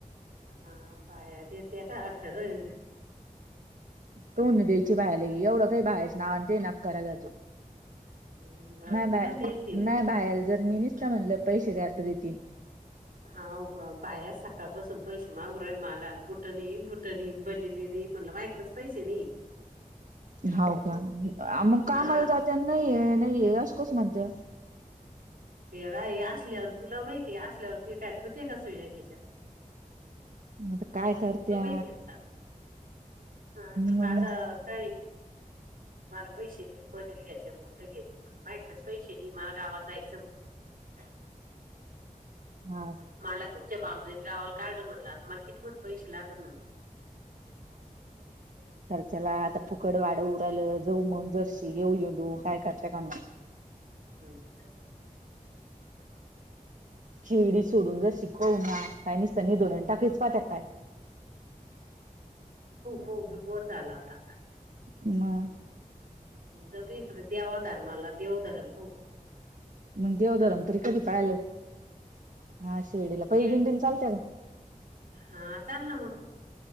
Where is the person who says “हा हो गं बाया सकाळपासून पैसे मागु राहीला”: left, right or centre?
Right